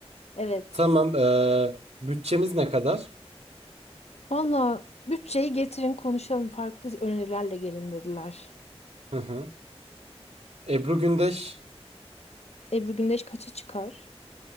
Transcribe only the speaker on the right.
Tamam. eee, bütçemiz ne kadar?
Hı hı. Ebru Gündeş